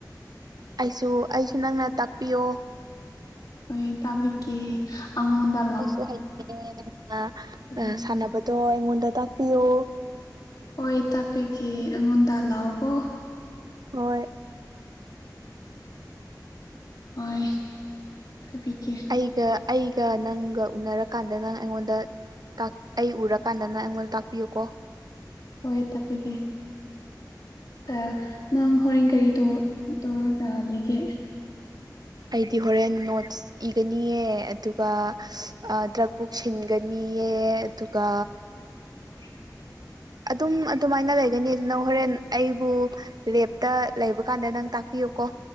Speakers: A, on the right; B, on the left.
A: ꯑꯩꯁꯨ ꯑꯩꯁꯨ ꯅꯪꯅ ꯇꯥꯛꯄꯤꯌꯣ
B: ꯑꯣꯏ ꯇꯥꯕꯤꯒꯦ ꯑꯉꯣꯟꯗ
A: ꯑꯩꯁꯨ ꯍꯩꯇꯤꯌꯦ ꯅꯪꯅ
B: ꯍꯣꯏ
A: ꯁꯥꯟꯅꯕꯗꯣ ꯑꯩꯉꯣꯟꯗ ꯇꯥꯛꯄꯤꯌꯣ
B: ꯍꯣꯏ ꯇꯥꯛꯄꯤꯒꯦ ꯑꯩꯉꯣꯟꯗ ꯂꯥꯑꯣꯀꯣ
A: ꯍꯣꯏ
B: ꯍꯣꯏ ꯇꯥꯕꯤꯒꯦ
A: ꯑꯩꯒ ꯑꯩꯒ ꯅꯪꯒ ꯎꯅꯔꯀꯥꯟꯗ ꯅꯪ ꯑꯩꯉꯣꯟꯗ ꯇꯥꯛ ꯑꯩ ꯎꯔꯀꯥꯟꯗ ꯅꯡ ꯑꯩꯉꯣꯟꯗ ꯇꯥꯛꯄꯤꯌꯨꯀꯣ
B: ꯍꯣꯏ ꯇꯥꯛꯄꯤꯒꯦ ꯑ ꯅꯪ ꯍꯣꯔꯦꯟ ꯀꯔꯤ ꯇꯧꯔ ꯇꯧꯔꯒ ꯂꯩꯒꯦ
A: ꯑꯩꯗꯤ ꯍꯣꯔꯦꯟ ꯅꯣꯠ꯭ꯁ ꯏꯒꯅꯤꯌꯦ ꯑꯗꯨꯒ ꯗ꯭ꯔꯛꯕꯨ ꯁꯤꯟꯒꯅꯤꯌꯦ ꯑꯗꯨꯒ
B: <inaudible>
A: ꯑꯗꯨꯝ ꯑꯗꯨꯃꯥꯏꯅ ꯂꯩꯒꯅꯤ ꯑꯗꯨ ꯅꯡ ꯍꯣꯔꯦꯟ ꯑꯩꯕꯨ ꯂꯦꯞꯇ ꯂꯩꯕ ꯀꯥꯟꯗ ꯅꯪ ꯇꯥꯛꯄꯤꯌꯨ ꯀꯣ